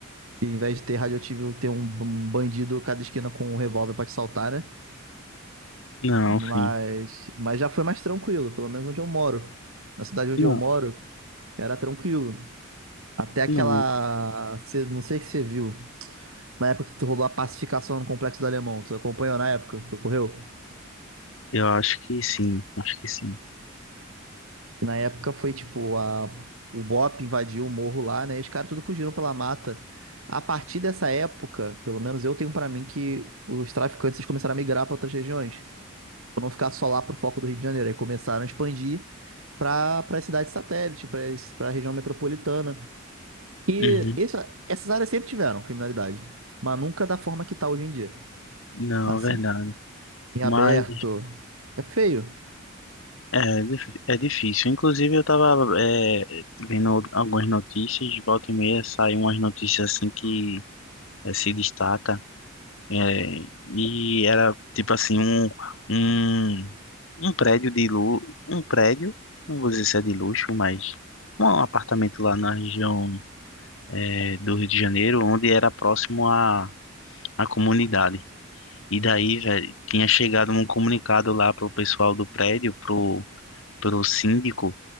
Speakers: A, on the right (about 85°); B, on the left (about 70°).
A: E em vez de ter radioativo, ter um, um bandido a cada esquina com um revólver pra te saltar, né?
B: não,
A: Mas,
B: sim.
A: mas já foi mais tranquilo, pelo menos onde eu moro. Na cidade onde
B: Não,
A: eu moro, era tranquilo. Até aquela.
B: não.
A: cê- Não sei se você viu. Na época que rolou a pacificação no Complexo do Alemão, tu acompanhou na época que ocorreu?
B: Eu acho que sim, acho que sim.
A: E na época foi tipo, a... o BOP invadiu o morro lá, né? E os caras tudo fugiram pela mata. A partir dessa época, pelo menos eu tenho pra mim que os traficantes eles começaram a migrar pra outras regiões. Tipo, não ficar só lá pro foco do Rio de Janeiro. Aí começaram a expandir pra para cidades satélite, pra para a região metropolitana. E
B: Uhum.
A: esse- essas áreas sempre tiveram criminalidade, mas nunca da forma que tá hoje em dia.
B: Não,
A: Assim,
B: é verdade.
A: em aberto.
B: Mas
A: É feio.
B: é, dif- é difícil. Inclusive, eu tava é, vendo algumas notícias, de volta e meia saem umas notícias assim que é, se destaca. É, e era tipo assim, um, um, um prédio de luxo, um prédio, não vou dizer se é de luxo, mas um apartamento lá na região é, do Rio de Janeiro, onde era próximo à, à comunidade. E daí, velho, tinha chegado um comunicado lá pro pessoal do prédio, pro, pro síndico,